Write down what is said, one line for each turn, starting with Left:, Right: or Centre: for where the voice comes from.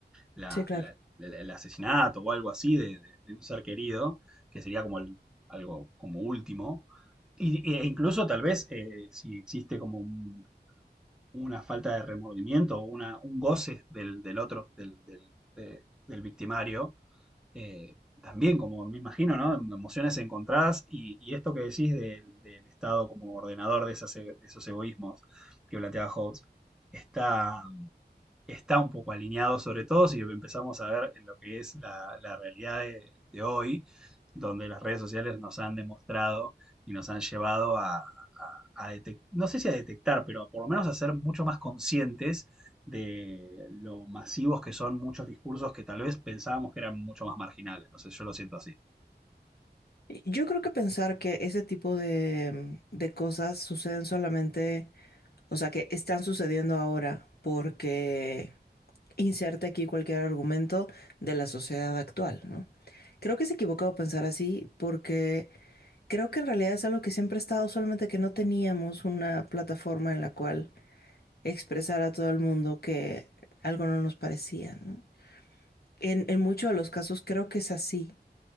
Centre: la-
Left: Sí, claro.
Centre: la- el- el asesinato o algo así de, de- de un ser querido, que sería como el- algo como último. Y, e incluso tal vez eh, si existe como un- una falta de remordimiento o una, un goce del, del otro, del, del, de- del victimario, eh, también, como me imagino, ¿no? Emociones encontradas y, y esto que decís del, del Estado como ordenador de, esas, e- de, esos egoísmos que planteaba Hobbes, está, está un poco alineado, sobre todo si empezamos a ver lo que es la, la realidad de, de hoy, donde las redes sociales nos han demostrado y nos han llevado a, a, a detec- no sé si a detectar, pero por lo menos a ser mucho más conscientes de lo masivos que son muchos discursos que tal vez pensábamos que eran mucho más marginales. No sé, yo lo siento así.
Left: Yo creo que pensar que ese tipo de, mm, de cosas suceden solamente, o sea, que están sucediendo ahora porque inserte aquí cualquier argumento de la sociedad actual, ¿no? Creo que es equivocado pensar así porque creo que en realidad es algo que siempre ha estado, solamente que no teníamos una plataforma en la cual expresar a todo el mundo que algo no nos parecía, ¿no? En, en muchos de los casos creo que es así.